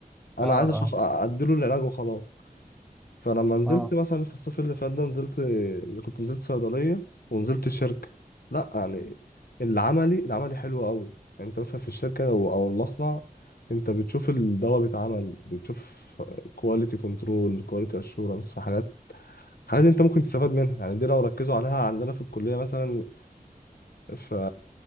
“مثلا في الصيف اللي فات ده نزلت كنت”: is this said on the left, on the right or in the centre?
Left